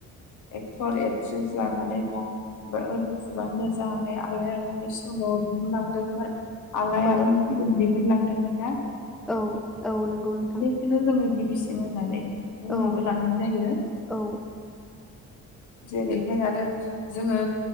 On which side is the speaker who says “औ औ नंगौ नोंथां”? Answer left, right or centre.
Centre